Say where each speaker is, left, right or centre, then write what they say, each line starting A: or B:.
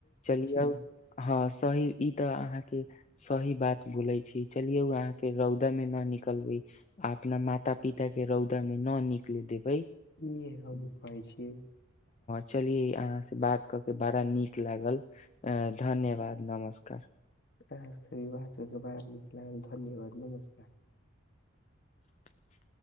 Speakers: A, on the left (about 35°); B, on the left (about 50°).
A: चलिऔ
B: ना
A: हँ सही इ तऽ आहाँ के सही बात बोलै छी चलियौ आहाँ के रौदा में न निकलवै अपना माता पिता के रौदा मे न निकले देब
B: इ हे हमु कहइ छीयै
A: चलिए अहाँ से बात कऽ के बड़ा नीक लागल अ धन्यवाद नमस्कार
B: आहांसे ई बात के बारा निक लागल धन्यवाद नमस्कार
A: <inaudible>